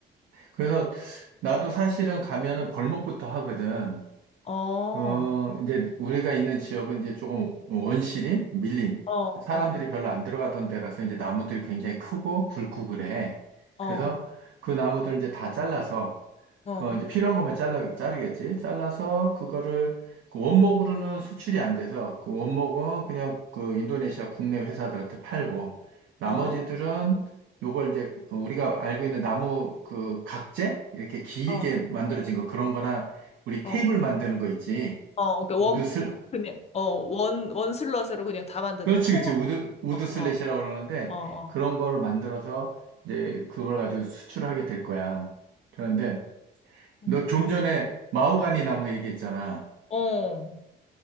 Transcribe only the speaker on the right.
그래서 나도 사실은 가면은 벌목부터 하거든.
그,
이제 우리가 있는 지역은 이제 조금 원시림, 밀림.
사람들이 별로 안 들어가던 데라서 이제 나무들이 굉장히 크고 굵고 그래.
그래서
그 나무들 이제 다 잘라서
그 이제 필요한 것만 잘라 자르겠지. 잘라서 그거를 그 원목으로는 수출이 안 돼서 그 원목은 그냥 그 인도네시아 국내 회사들한테 팔고 나머지들은
요걸 이제 우리가 알고 있는 나무 그 각재 이렇게 길게
만들어진 거 그런 거나 우리
테이블 만드는 거 있지.
우드
슬
그렇지,
그렇지. 우드 우드 슬랫이라고
그러는데
그런 거를 만들어서 이제 그걸 가지고 수출하게 될 거야. 그런데
너 좀 전에 마호가니 나무 얘기했잖아.